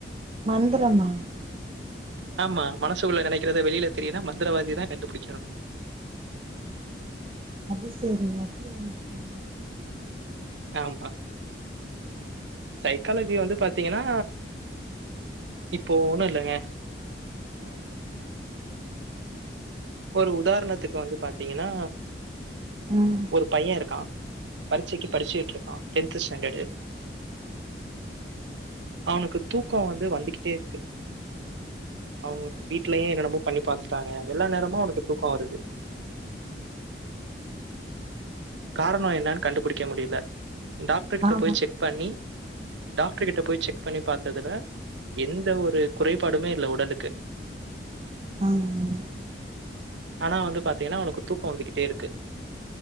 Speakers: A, on the right; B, on the right.
A: மந்தரமா.
B: ஆமா மனசு உள்ள நெனைக்கிறத வெளியில தெரியனுனா மந்திரவாதிதா கண்டுபுடிக்கணு.
A: அது சேரிங்க அப்படி ஒன்னு இருக்கா.
B: ஆமா. சைக்காலஜி வந்து பாத்தீங்கன்னா இப்போ ஒண்ணு இல்லைங்க ஆஹ. ஒரு உதாரணத்துக்கு வந்து பாத்தீங்கன்னா.
A: ம்
B: ஒரு பைய இருக்கா. பரிச்சைக்கு படிச்சுட்டு இருக்கா. Tenth standard. அவனுக்கு தூக்கம் வந்து வந்துகிட்டே இருக்கு. அவங்க வீடலயே என்னென்னமோ பண்ணி பத்துட்டாங்க எல்லா நேரமு. மு அவனுக்கு தூக்கோ வருது. காரணோ என்னோன் கண்டுபுடிக்க முடில. டாக்டர் கிட்ட
A: ஆமா
B: போய் செக் பண்ணி. டாக்டர் கிட்ட போய் செக் பண்ணி பாத்ததுல எந்த ஒரு குறைபாடுமே இல்ல உடலுக்கு.
A: ஆமா.
B: ஆனா வந்து பாத்தீங்னா அவனுக்கு தூக்கோ வந்துக்கிட்டே இருக்கு.